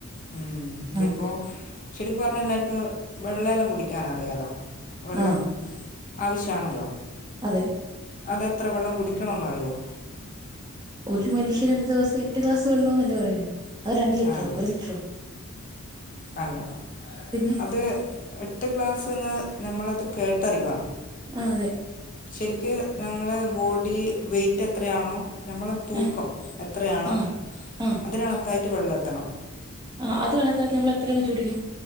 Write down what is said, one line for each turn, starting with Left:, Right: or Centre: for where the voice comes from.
Left: ഉം ഇതി
Right: ആഹ്
Left: ഇപ്പോൾ ശരിക്ക് പറഞ്ഞ എല്ലാവർക്ക് വെള്ളം എല്ലാം കുടിക്കാൻ അറിയാമലോ വെള്ളം
Right: ആഹ്
Left: ആവശ്യമാണല്ലോ
Right: അതെ
Left: അത് എത്ര വെള്ളം കുടിക്കണം എന്ന് അറിയോ?
Right: ഒരു മനുഷ്യന് ഒരു ദിവസം എട്ട് ഗ്ലാസ് വെള്ളം എന്നല്ലേ പറയുന്നേ അത് രണ്ട് ലിറ്ററോ
Left: അല്ല
Right: ഒരു ലിറ്ററോ?
Left: അല്ല
Right: പിന്നെ
Left: അത് എട്ട് ഗ്ലാസ്ന്ന് നമ്മളത് കേട്ടറിവാണ്.
Right: ആഹ് അതെ
Left: ശരിക്ക് ഞമ്മള് ബോഡി വെയിറ്റ് എത്രയാണോ നമ്മളേ തൂക്കം
Right: ആ
Left: എത്രയാണോ
Right: ആ ആ
Left: അതിന് കണക്കായിട്ട് വെള്ളം എത്തണം.
Right: ആഹ് അത് കണക്കാക്കി നമ്മൾ എത്രയണോ ചുടിക്ക